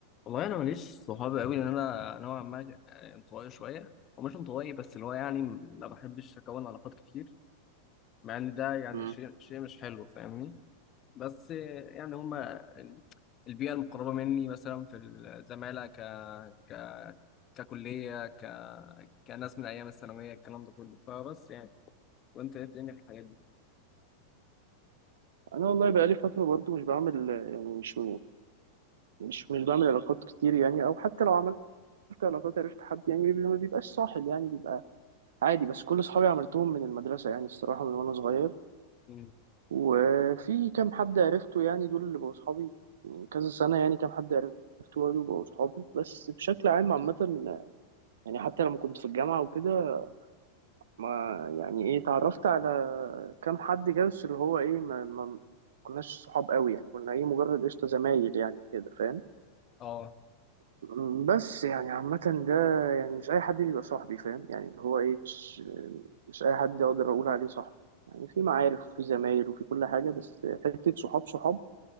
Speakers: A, on the left; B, on the right.
A: والله انا ماليش صحاب قوي لان انا نوعا ما انطوائي شويه ومش انطوائي بس اللي هو يعني ما بحبش اكون علاقات كتير مع ان ده يعني
B: مم.
A: شيء شيء مش حلو فاهمني بس يعني هما ال- البيئه المقربه مني مثلا في الزماله ك ك ككليه ك كناس من ايام الثانويه الكلام ده كله فبس يعني وانت ايه الدنيا في الحاجات دي
B: انا والله بقالي فتره برضو مش بعمل يعني مش مش مش بعمل علاقات كتير يعني او حتى لو عملت علاقات عرفت حد يعني بيبقى- ما بيبقاش صاحب يعني بيبقى عادي بس كل اصحابي عملتهم من المدرسه يعني الصراحه من وانا صغير
A: مم.
B: وفي كام حد عرفته يعني دول اللي بقوا صحابي من كذا سنه يعني كام حد عرفته برضه بقوا صحابي بس بشكل عام عامه يعني حتى لما كنت في الجامعه وكده ما يعني ايه اتعرفت على كام حد كده بس اللي هو ايه ما, ما كناش صحاب قوي يعني كنا ايه مجرد قشطة زمايل يعني كده فاهم
A: اه
B: م، بس يعني عامة ده يعني مش أي حد بيبقى صاحبي فاهم يعني اللي هو ايه مش مش أي حد أقدر أقول عليه صاحبي يعني في معارف وفي زمايل وفي كل حاجة بس حتة صحاب صحاب